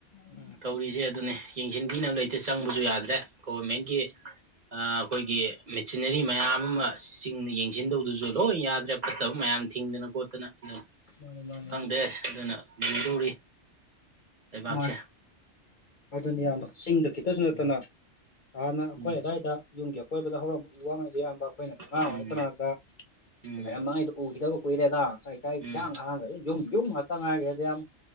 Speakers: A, on the left; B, on the right.
A: ꯎꯝ
B: ꯇꯧꯔꯤꯁꯦ ꯑꯗꯨꯅꯦ ꯌꯦꯡꯁꯤꯟꯕꯤꯅꯕ ꯂꯩꯇꯦ ꯆꯪꯕꯁꯨ ꯌꯥꯗ꯭ꯔꯦ ꯒꯣꯚꯔꯃꯦꯟꯒꯤ ꯑꯈꯣꯏꯒꯤ ꯃꯦꯆꯤꯟꯅꯔꯤ ꯃꯌꯥꯝ ꯑꯃ ꯆꯁꯤꯡꯅ ꯌꯦꯡꯁꯤꯟꯗꯧꯗꯨꯁꯨ ꯂꯣꯏ ꯌꯥꯗ꯭ꯔꯦ ꯐꯠꯇꯕ ꯃꯌꯥꯝ ꯌꯥꯝ ꯊꯤꯡꯗꯅ ꯈꯣꯠꯇꯅ ꯑꯗꯨꯝ
A: ꯃꯥꯅꯦ ꯃꯥꯅꯦ
B: ꯈꯪꯗꯦꯁ
A: ꯏꯌꯥꯝꯕ
B: ꯑꯗꯨꯅ ꯂꯨꯗꯧꯔꯤ ꯂꯩꯕꯥꯛꯁꯦ
A: ꯃꯥꯅꯤ ꯑꯗꯨꯅꯤ ꯌꯥꯝꯕ ꯆꯤꯡꯗ ꯈꯤꯇꯁꯨ ꯅꯠꯇꯅ
B: ꯎꯝ
A: ꯍꯥꯟꯅ ꯑꯩꯈꯣꯏ
B: ꯎꯝ
A: ꯑꯋꯥꯏꯗ ꯌꯨꯝꯒꯤ ꯑꯀꯣꯏꯕꯗ ꯍꯧꯔꯝꯕ ꯎ ꯋꯥꯉꯩꯗ ꯌꯥꯝ ꯑꯩꯈꯣꯏꯅ ꯀ ꯑꯉꯥꯡ
B: ꯎꯝ
A: ꯑꯣꯏꯔꯤ ꯀꯅꯥꯗ
B: ꯎꯝ
A: ꯂꯩꯔꯝ ꯃꯥꯏꯗ ꯎꯈꯤꯗꯕ ꯀꯨꯏꯔꯦꯗ ꯀꯩ ꯀꯥꯏ
B: ꯎꯝ
A: ꯏ ꯍꯥꯡꯈꯦ ꯌꯨꯝ ꯌꯨꯝ ꯉꯥꯛꯇ ꯉꯥꯏꯒꯦꯗꯤ ꯌꯥꯝ